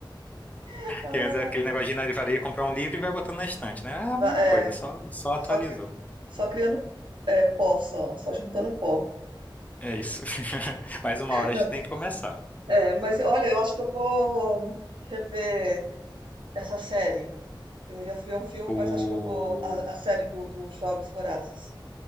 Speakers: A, on the right; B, on the left.
A: <laughs> Ai.
B: Que antes era aquele negócio de ir na livraria comprar um livro e vai botando na estante, né? É a
A: Va-
B: mesma
A: É.
B: coisa, só, só atualizou.
A: Só, cri- só criando é, pó, só, só juntando pó.
B: É isso. <laughs> Mais uma hora
A: Não,
B: a gente tem que começar.
A: é, mas olha, eu acho que eu vou rever essa série. Eu ia ver um filme,
B: O...
A: mas acho que eu vou. A, a série do, dos Jogos Vorazes.